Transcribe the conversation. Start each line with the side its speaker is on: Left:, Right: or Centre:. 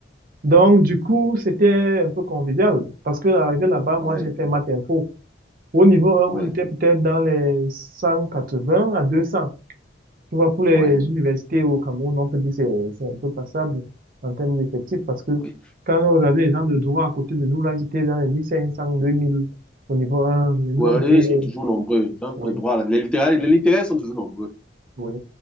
Right: Donc, du coup, c'était un peu convivial. Parce que, arrivé là-bas, moi,
Centre: oui,
Right: j'ai fait maths info. Au niveau 1,
Centre: oui,
Right: on était peut-être dans les 180 à 200. Tu vois, pour les
Centre: oui,
Right: universités au Cameroun, on peut dire que c'est c'est un peu passable en termes d'effectifs parce que
Centre: oui.
Right: quand on regardait les gens de droit à côté de nous, là, ils étaient dans les 1500, 2000 au niveau 1. Mais nous,
Centre: Oui,
Right: on était,
Centre: ils sont toujours nombreux. Gens
Right: oui,
Centre: de droit, là. Les littéraires, les littéraires sont toujours nombreux.
Right: oui.